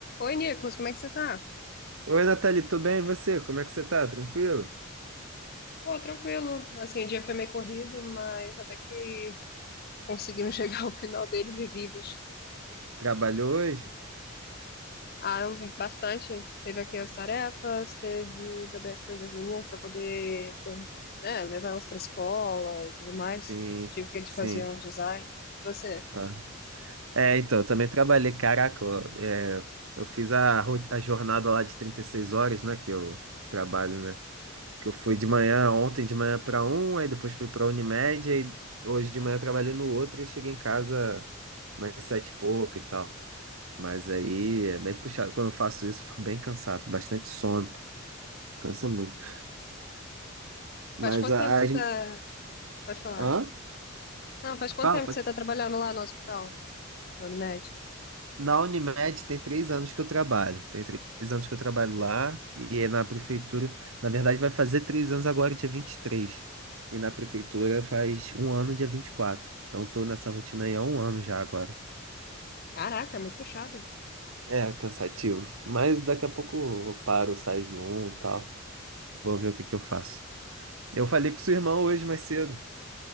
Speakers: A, on the left; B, on the right.
A: Oi, Nicolas, como é que você tá?
B: Oi, Nathalie, tudo bem? E você? Como é que você tá? Tranquilo?
A: Pô, tranquilo. Assim, o dia foi meio corrido, mas até que conseguimos <laughs> chegar ao final dele vi- vivos.
B: Trabalhou hoje?
A: Ah, eu vi bastante. Teve aqui as tarefas, teve também as coisas das meninas para poder, ter- né, levar elas para escola e tudo mais.
B: Sim,
A: Tive que a gente
B: sim.
A: fazer uns designs. Você,
B: Ah. É, então, eu também trabalhei, caraca, eu, é, eu fiz a, ro- a jornada lá de 36 horas, né, que eu trabalho, né? Que eu fui de manhã, ontem de manhã pra um, aí depois fui pra Unimed, aí hoje de manhã eu trabalhei no outro e cheguei em casa mais sete e pouco e tal. Mas aí é bem puxado. Quando eu faço isso, eu fico bem cansado, bastante sono, cansa muito. Mas
A: faz quanto
B: a-
A: tempo você
B: as...
A: tá... Pode falar.
B: Hã?
A: Não, faz quanto
B: Fala,
A: tempo
B: pode
A: que você tá trabalhando lá no hospital, Dona Unimed?
B: Na Unimed tem três anos que eu trabalho. Tem três anos que eu trabalho lá e é na prefeitura. Na verdade, vai fazer três anos agora, dia vinte E três e na prefeitura faz um ano, dia 24. Então, tô nessa rotina aí há um ano já agora.
A: Caraca, é muito puxado.
B: É cansativo, mas daqui a pouco eu paro, saio de um e tal. Vou ver o que que eu faço. Eu falei com sua irmã hoje mais cedo.